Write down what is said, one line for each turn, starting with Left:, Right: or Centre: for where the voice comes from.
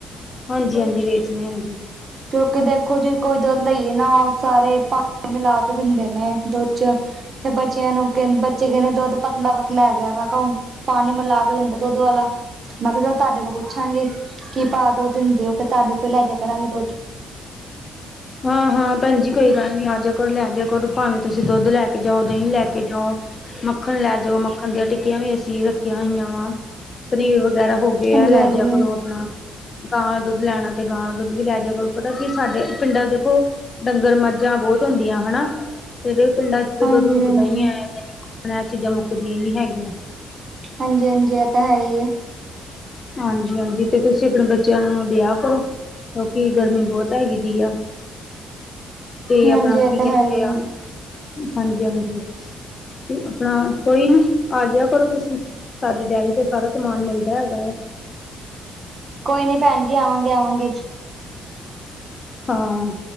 Left: ਹਾਂਜੀ -ਹਾਂਜੀ ਵੇਚਦੇ ਹਾਂ ਹਾਂਜੀ।
Right: ਕਿਉਂਕਿ ਦੇਖੋ ਜੇ ਕੋਈ ਦੁੱਧ ਲਈਏ ਨਾ, ਉਹ ਸਾਰੇ ਪਾਣੀ ਮਿਲਾ ਕੇ ਦਿੰਦੇ ਨੇ ਦੁੱਧ। ਤੇ ਬੱਚਿਆਂ ਨੂੰ ਕਹ ਬੱਚੇ ਕਹਿੰਦੇ ਦੁੱਧ ਪਤਲਾ- ਪਤਲਾ ਹੈਗਾ ਮੈਂ ਕਿਹਾ ਹੁ ਪਾਣੀ ਮਿਲਾ ਕੇ ਦਿੰਦਾ ਦੁੱਧ ਵਾਲਾ। ਮੈਂ ਕਿਹਾ ਚਲ ਤੁਹਾਡੇ ਕੋਲ ਪੁੱਛਾਂਗੇ ਕੀ ਭਾਅ ਦੁੱਧ ਦਿੰਦੇ ਹੋ ਫਿਰ। ਤੁਹਾਡੇ ਕੋਹੀ ਲੈ ਜਾ ਕਰਾਂਗੇ ਦੁੱਧ।
Left: ਹਾਂ- ਹਾਂ ਭੈਣ ਜੀ ਕੋਈ ਨੀ ਆਜਾ ਕਰੋ, ਲੈ ਜਾ ਕਰੋ ਭਾਵੇਂ ਤੁਸੀਂ ਦੁੱਧ ਲੈ ਕੇ ਜਾਓ, ਦਹੀਂ ਲੈ ਕੇ ਜਾਓ। ਮੱਖਣ ਲੈ ਜਾਓ ਮੱਖਣ ਦੀਆਂ ਟਿੱਕੀਆਂ ਵੀ ਅਸੀਂ ਰੱਖੀਆਂ ਹੋਈਆਂ ਵਾ। ਪਨੀਰ ਵਗੈਰਾ ਹੋ ਗਏ
Right: ਹਾਂਜੀ
Left: ਆ ਲੈ
Right: ਹਾਂਜੀ
Left: ਜਾ ਕਰੋ ਆਪਣਾ। ਗਾਂ ਦਾ ਦੁੱਧ ਲੈਣਾ ਤੇ ਗਾਂ ਦਾ ਦੁੱਧ ਵੀ ਲੈ ਜਾ ਕਰੋ ਪਤਾ ਕਿ ਸਾਡੇ ਪਿੰਡਾਂ ਚੋ ਦੇਖੋ ਡੰਗਰ, ਮੱਝਾਂ ਬਹੁਤ ਹੁੰਦੀਆਂ ਹਨਾ। ਕਦੇ ਪਿੰਡਾਂ ਚ ਤਾ
Right: ਹਾਂਜੀ
Left: ਦੁੱਧ ਮੁੱਕਦਾ
Right: ਹਾਂਜੀ
Left: ਹੀ ਨਹੀ ਹੈਗਾ। <unintelligible> ਐਹ ਚੀਜ਼ਾਂ ਮੁੱਕਦੀਆਂ ਨੀ ਹੈਗੀਆਂ।
Right: ਹਾਂਜੀ- ਹਾਂਜੀ ਇਹ ਤਾਂ ਹੈ ਹੀ ਹੈ।
Left: ਹਾਂਜੀ-ਹਾਂਜੀ ਤੇ ਤੁਸੀਂ ਆਪਣੇ ਬੱਚਿਆਂ ਨੂੰ ਦਿਆ ਕਰੋ। ਕਿਉਂਕਿ ਗਰਮੀ ਬਹੁਤ ਹੈਗੀ ਦੀ ਐ। ਤੇ
Right: ਹਾਂਜੀ
Left: ਆਪਣਾ
Right: ਇਹ
Left: ਕੀ
Right: ਤਾਂ
Left: ਕਹਿੰਦੇ
Right: ਹੈ ਹੀ ਹੈ
Left: ਆ। ਹਾਂਜੀ- ਹਾਂਜੀ ਤੇ ਆਪਣਾ ਕੋਈ ਨੀ ਆਜਿਆ ਕਰੋ ਤੁਸੀਂ, ਸਾਡੀ ਡਾਇਰੀ ਤੇ ਸਾਰਾ ਸਮਾਨ ਮਿਲਦਾ ਹੈਗਾ ਆ।
Right: ਕੋਈ ਨੀ ਭੈਣ ਜੀ ਆਵਾਂਗੇ- ਆਵਾਂਗੇ।
Left: ਹਾਂ,